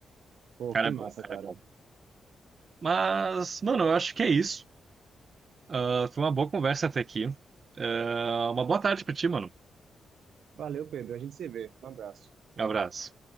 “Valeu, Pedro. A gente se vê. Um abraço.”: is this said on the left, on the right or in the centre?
Right